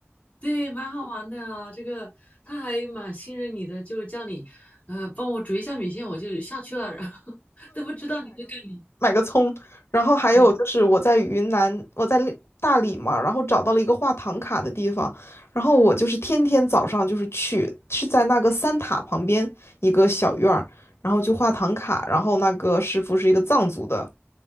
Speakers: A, on the left; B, on the left.
A: 对，蛮好玩的啊。这个他还蛮信任你的，就是叫你，呃，帮我煮一下米线，我就下去了，然后 <laughs> 都不知道你会干嘛。
B: 买个葱。然后还有就是我在云南，
A: 对
B: 我在丽大理嘛，然后找到了一个画唐卡的地方，然后我就是天天早上就是去，是在那个三塔旁边一个小院儿，然后就画唐卡，然后那个师傅是一个藏族的。